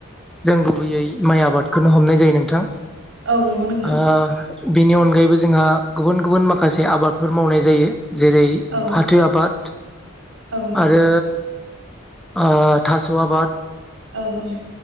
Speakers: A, in the centre; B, on the right.
A: जों गुबैयै माइ आबादखौनो हमनाय जायो नोंथां।
B: औ नंगौ नोंथां
A: ओ बेनि अनगा गायैबो जोंहा गुबुन गुबुन माखासे आबादफोर मावनाय जायो जेरै
B: औ
A: फाथो आबाद
B: औ
A: आरो ओ थास' आबाद
B: औ औ